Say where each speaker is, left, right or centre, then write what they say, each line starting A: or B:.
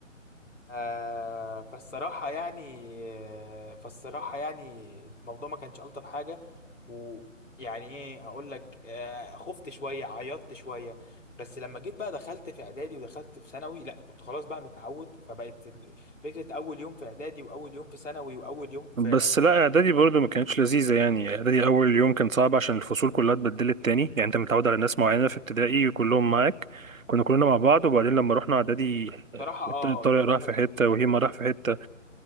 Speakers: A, on the left; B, on the right.
A: آه فالصراحه يعني آه، فالصراحه يعني الموضوع ما كانش الطف حاجه ويعني ايه اقول لك آه خفت شويه عيطت شويه بس لما جيت بقى دخلت في اعدادي ودخلت في ثانوي لا كنت خلاص بقى متعود فبقت ال- فكره اول يوم في اعدادي واول يوم في ثانوي واول يوم في
B: بس لا اعدادي برضو ما كانتش لذيذه يعني اعدادي اول يوم كان صعب عشان الفصول كلها اتبدلت تاني يعني انت متعود على ناس معينه في ابتدائي كلهم معاك كنا كلنا مع بعض وبعدين لما رحنا اعدادي
A: صراحة
B: كنت
A: اه
B: طارق راح
A: دي ما
B: في
A: كانت
B: حته وهيما راح في حته